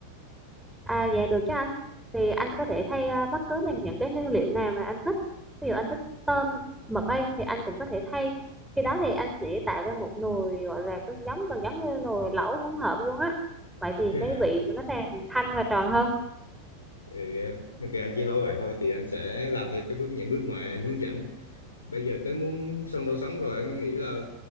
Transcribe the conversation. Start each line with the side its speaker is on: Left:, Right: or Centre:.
Centre: À, dạ được chứ anh. Thì anh có thể thay à, bất cứ bằng những cái nguyên liệu nào mà anh thích. Ví dụ anh thích tôm, mực ấy thì anh cũng có thể thay. Khi đó thì anh sẽ tạo ra một nồi gọi là có giống gần giống như nồi lẩu hỗn hợp luôn á. Vậy thì
Left: <laughs>
Centre: cái vị của nó càng thanh và tròn hơn.
Left: Ừ, em. Ok anh chỉ hỏi vậy thôi thì anh sẽ làm theo cái bước những bước mà em hướng dẫn. bây giờ tới muốn xong đâu sống rồi anh nghĩ là